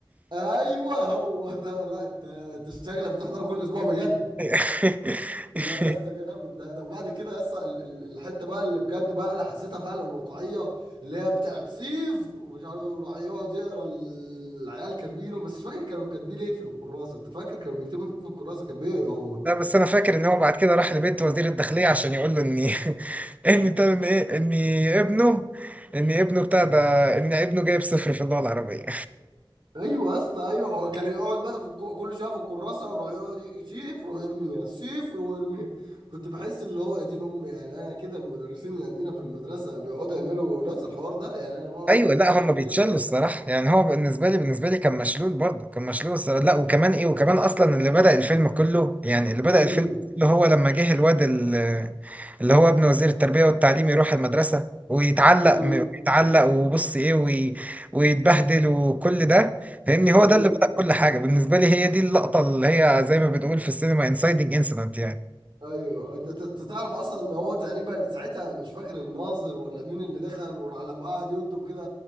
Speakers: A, on the right; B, on the right.
A: ايوه هو ده لا انت انت شكلك بتحضره كل اسبوع بجد
B: <laughs>
A: لا يا اسطى جامد ده ده وبعد كده يا اسطى ال- ال- الحته بقى اللي بجد بقى اللي حسيتها فعلا واقعيه اللي هي بتاعت صيف ومش عارف إيه، وراح يقعد يقرا العيال كاتبينه بس مش فاكر كانوا كاتبين ايه في الكراسه انت فاكر كانوا بيكتبوا إيه في الكراسه كان بيقرا هو
B: لا بس انا فاكر ان هو بعد كده راح لبيت وزير الداخليه عشان يقول له اني <laughs> اني بتاع- ان ايه اني ابنه ان ابنه بتاع ده ان ابنه جايب صفر في اللغه العربيه
A: ايوه يا اسطى ايوه هو كان يقعد بس في الك- كل شويه في الكراسه ويروح يقعد ي- صفر ويرميها صفر ويرميها كنت بحس اللي هو يا دين امي يعني انا كده المدرسين اللي عندنا في المدرسه بيقعدوا يعملوا نفس الحوار ده يعني انا بقعد
B: ايوه
A: اخد
B: لا
A: فوسفور
B: هم بيتشلوا
A: كده
B: الصراحه يعني هو بالنسبه لي بالنسبه لي كان مشلول برضه كان مشلول الصراحه لا وكمان ايه وكمان اصلا اللي بدأ الفيلم كله يعني اللي بدأ
A: امم
B: الفيلم كله هو لما جه الواد ال- اللي هو ابن وزير التربيه والتعليم يروح المدرسه ويتعلق
A: امم
B: ويتعلق وبص ايه وي... ويتبهدل وكل ده فاهمني هو
A: ايوه
B: ده اللي بدأ كل حاجه بالنسبه لي هي دي اللقطه اللي هي زي ما بنقول في السينما انسايدنج انسيدنت يعني
A: ايوه انت ت- انت تعرف اصلا ان هو تقريبا ساعتها مش فاكر الناظر ولا مين اللي دخل وراح لما قعد يلطب كده